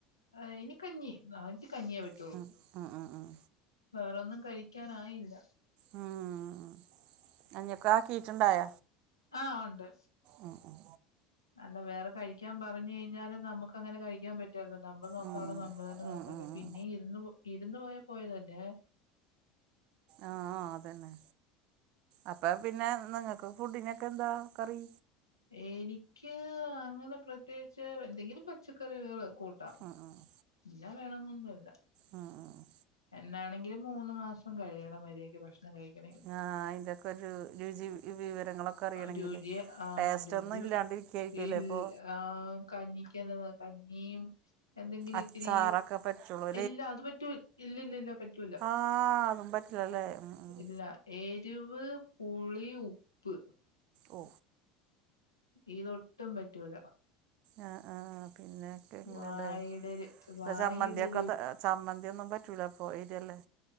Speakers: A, on the left (about 80°); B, on the right (about 55°).
A: അയ്നി കഞ്ഞി അവനിക്ക് കഞ്ഞിയേ പറ്റുള്ളൂ
B: ആഹ ആഹ ആഹ ആഹ
A: വേറൊന്നും കഴിക്കാനായില്ല
B: ഉം കഞ്ഞിയൊക്കെ ആക്കീട്ടുണ്ടായ
A: ആ് ഉണ്ട്
B: ഉം ഉം
A: അല്ല വേറെ കഴിക്കാൻ പറഞ്ഞു കഴിഞ്ഞാലും നമുക്ക് അങ്ങനെ കഴിക്കാൻ പറ്റുമോ? ഇല്ല നമ്മൾ നോക്കാനുള്ളോ
B: ഉം
A: നമ്മൾ തന്നെ നോക്കണ്ടേ
B: ഉം ഉം ഉം
A: പിന്നെ ഇരുന്ന് പോയാ പോയ പോയതന്നെ
B: ആഹ അതന്നെ അപ്പൊ പിന്നെ നിങ്ങക്ക് ഫുഡിനൊക്കെ എന്താ കറി
A: എനിക്ക് അങ്ങനെ പ്രത്യേകിച്ച് എന്തെങ്കിലും പച്ചക്കറികൾ കൂട്ടാം
B: ആഹ് ആഹ്
A: ഇന്നത് വേണന്നൊന്നുല്ല
B: ആഹ ആഹ്
A: എന്നാണെങ്കിലും മൂന്ന് മാസം കഴിയണം മര്യാക്ക് ഭക്ഷണം കഴിക്കണ
B: ആ് അതിന്റെക്കെ ഒരു രുചി വിവരങ്ങളൊക്കെ അറിയണെങ്കില്
A: രുചിയ ആ
B: ടേസ്റ്റ്
A: രുചി
B: ഒന്നും ഇല്ലാണ്ടിരിക്കായിരിക്കുംല്ലേ
A: ഇല്ല
B: ഇപ്പൊ
A: ആ കഞ്ഞക്ക്ന്ത കഞ്ഞിയും എന്തെങ്കിലും
B: അച്ചാറൊക്കെ
A: ഇത്തിരി
B: പറ്റുള്ളൂ
A: ഇല്ല അത് പറ്റൂ ഇല്ല ഇല്ല ഇല്ല പറ്റൂല്ല
B: ആഹ് അതും പറ്റില്ലല്ലേ ഉം ഉം
A: ഇല്ല എരിവ് പുളി ഉപ്പ്
B: ഓ
A: ഈതൊട്ടും പറ്റൂല
B: ആ ആഹ പിന്നെ ഒക്കെ ഇങ്ങനെയ
A: വായുടെ വായുടെ
B: ചമ്മന്തിക്കെ
A: രു
B: ചമ്മന്തിയൊന്നും പറ്റൂലപ്പോ ഏരിയല്ലേ